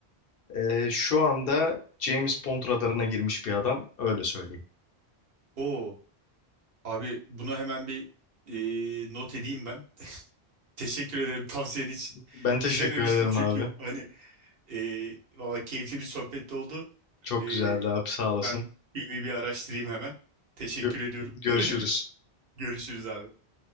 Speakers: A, on the left; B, on the right.
A: e, şu anda James Bond radarına girmiş bir adam. Öyle söyleyeyim.
B: Oo, abi bunu hemen bir e, not edeyim ben. Teşekkür ederim tavsiyen için.
A: Ben teşekkür
B: İzlememiştim
A: ederim
B: çünkü
A: abi.
B: hani e, valla keyifli bir sohbet oldu.
A: Çok
B: E,
A: güzeldi abi. Sağ olasın.
B: Ben filmi bir araştırayım hemen. Teşekkür
A: Gö-
B: ediyorum.
A: görüşürüz.
B: <laughs> Görüşürüz abi.